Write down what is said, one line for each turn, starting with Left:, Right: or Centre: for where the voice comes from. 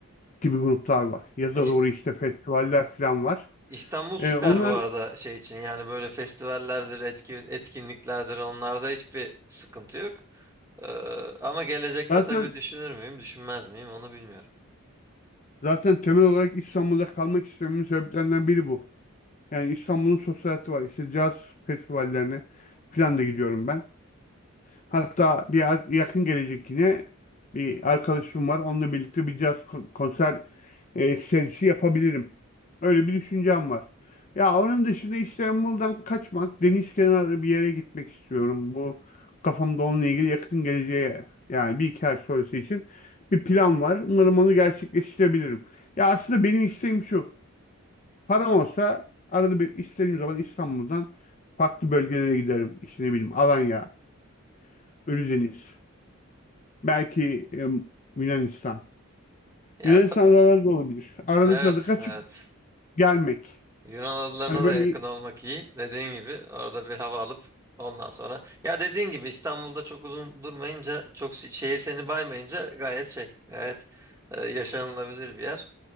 Left: gibi gruplar var. Yaza
Right: İ-
Left: doğru işte festivaller falan var.
Right: İstanbul süper
Left: Ee, onlar
Right: bu arada şey için yani böyle festivallerdir, etki, etkinliklerdir onlarda hiçbir sıkıntı yok. Ee, ama gelecekte
Left: zaten
Right: tabii düşünür müyüm, düşünmez miyim onu bilmiyorum.
Left: zaten temel olarak İstanbul'da kalmak istememin sebeplerinden biri bu. Yani İstanbul'un sosyal hayatı var. İşte caz festivallerine falan da gidiyorum ben. Hatta bir ar- yakın gelecek yine bir arkadaşım var. Onunla birlikte bir caz kon- konser e, serisi yapabilirim. Öyle bir düşüncem var. Ya onun dışında İstanbul'dan kaçmak, deniz kenarı bir yere gitmek istiyorum. Bu kafamda onunla ilgili yakın geleceğe yani bir iki ay sonrası için bir plan var. Umarım onu gerçekleştirebilirim. Ya aslında benim isteğim şu. Param olsa arada bir istediğim zaman İstanbul'dan farklı bölgelere giderim. İşte ne bileyim Alanya, Ölüdeniz. Belki e, Yunanistan.
Right: Ya
Left: Yunanistan
Right: ta-
Left: adaları da olabilir. Arada
Right: evet,
Left: sırada kaçıp
Right: evet.
Left: gelmek.
Right: Yunan adalarına
Left: Hani böyle
Right: da yakın olmak iyi. Dediğin gibi orada bir hava alıp ondan sonra. Ya dediğin gibi İstanbul'da çok uzun durmayınca, çok si- şehir seni baymayınca gayet şey, gayet e, yaşanılabilir bir yer.